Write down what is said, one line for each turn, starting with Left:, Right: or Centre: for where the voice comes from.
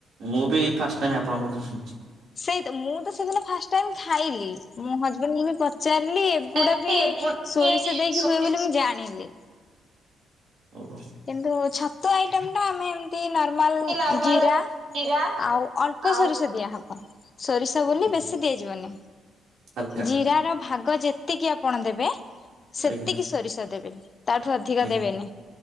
Right: ମୁଁ ବି ଫାଷ୍ଟ ଟାଇମ ଆପଣଙ୍କଠୁ ଶୁଣୁଛି।
Left: ସେଇତ ମୁଁ ତ
Right: ସେଇଟା
Left: ସେଦିନ ଫାଷ୍ଟ ଟାଇମ୍ ଖାଇଲି ମୋ ହଜବେଣ୍ଡଙ୍କୁ ବି ପଚାରିଲି ଏଗୁଡା
Right: ମଟନ
Left: ବି
Right: ଗୋଟେ
Left: ସୋରିଷ ଦେଇକି
Right: ସୋରିଷ
Left: ହୁଏ ବୋଲି ମୁଁ ଜାଣିଲି।
Right: ଓହୋ।
Left: କିନ୍ତୁ ଛତୁ ଆଇଟମ ଟା ଆମେ- ତି ନର୍ମାଲ
Right: ନର୍ମାଲ
Left: ଜିରା
Right: ଜିରା
Left: ଆଉ ଅଳ୍ପ
Right: ଆଉ
Left: ସୋରିଷ ଦିଆହବ। ସୋରିଷ ବୋଲି
Right: ଆଜ୍ଞା
Left: ବେଶୀ ଦେଇଯିବନି
Right: ହାଲକା
Left: ଜିରା ର ଭାଗ ଯେତିକି ଆପଣ ଦେବେ ସେତିକି
Right: ଆଜ୍ଞା
Left: ସୋରିଷ ଦେବେ ତାଠୁ ଅଧିକ
Right: ଆଜ୍ଞା
Left: ଦେବେନି।